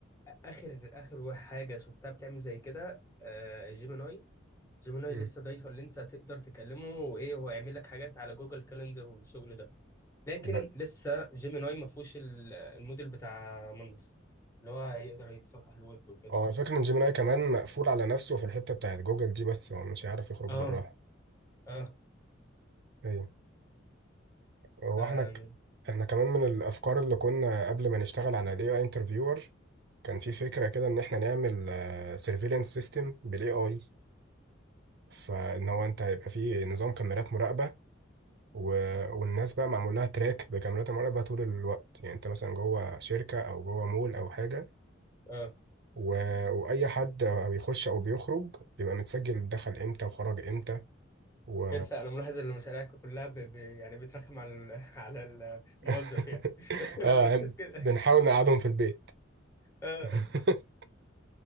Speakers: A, on the left (about 15°); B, on the right (about 60°).
A: اخر اخر وا- حاجه شفتها بتعمل زي كده آه جيميناي جيميناي
B: امم
A: لسه ضايفه اللي انت تقدر تكلمه وايه هو يعمل لك حاجات على جوجل كالندر والشغل ده لكن
B: ب...
A: لسه جيميناي ما فيهوش ال- الموديل بتاع مانوس اللي هو هيقدر يتصفح الويب وكده
B: اه الفكرة ان جيميناي كمان مقفول على نفسه في الحتة بتاعت جوجل دي بس هو مش هيعرف يخرج
A: اه
B: براها
A: اه
B: ايوه هو
A: فاهم
B: احنا ك... احنا كمان من
A: إيه،
B: الافكار اللي كنا قبل ما نشتغل على الاي اي انترفيور كان في فكرة كده ان احنا نعمل سيرفيلانس سيستم بالاي اي فان هو انت هيبقى فيه نظام كاميرات مراقبه و... والناس بقى معمول لها تراك بكاميرات المراقبه طول الوقت يعني انت مثلا جوه شركه او جوه مول او حاجه
A: اه
B: و... واي حد بيخش او بيخرج بيبقى متسجل دخل امتى وخرج امتى و
A: لسه انا ملاحظ ان مشاريعك كلها ب... ب... يعني بترخم على ال... <laughs> على ال-
B: <laughs>
A: الموظف يعني <laughs> انا
B: اه
A: بلاحظ كده
B: بنحاول نقعدهم في البيت
A: اه
B: <laughs>